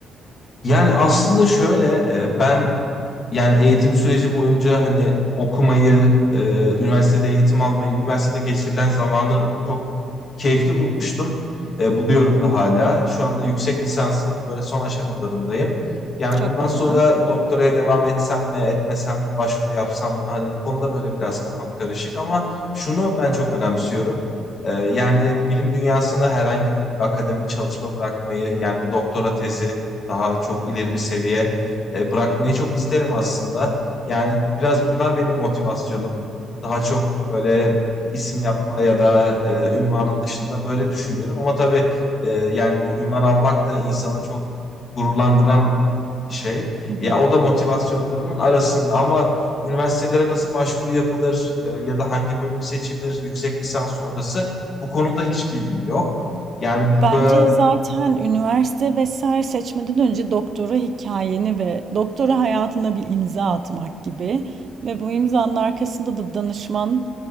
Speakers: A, on the left; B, on the right.
A: Yani aslında şöyle e, ben yani eğitim süreci boyunca hani okumayı, e, üniversitede eğitim almayı, üniversitede geçirilen zamanı çok keyifli bulmuştum. E, buluyorum da hala. Şu anda yüksek lisansın böyle son aşamalarındayım. Yani
B: Çok
A: bundan
B: güzel.
A: sonra doktoraya devam etsem mi, etmesem mi, başvuru yapsam mı? Hani bu konuda böyle biraz kafam karışık ama şunu ben çok önemsiyorum. E, yani bilim dünyasına herhangi böyle bir akademik çalışma bırakmayı, yani bir doktora tezi daha çok ileri bir seviye e, bırakmayı çok isterim aslında. Yani biraz bunlar benim motivasyonum. Daha çok böyle isim yapma ya da e, ünvanın dışında böyle düşünüyorum. Ama tabii e, yani bir ünvan almak da insanı çok gururlandıran bir şey.
B: Hı hı.
A: Ya o da motivasyonlarımın arasında ama üniversitelere nasıl başvuru yapılır e, ya da hangi bölüm seçilir yüksek lisans sonrası bu konuda hiç bilgim yok. Yani burada
B: Bence zaten üniversite vesaire seçmeden önce doktora hikayeni ve doktora hayatına bir imza atmak gibi ve bu imzanın arkasında da danışman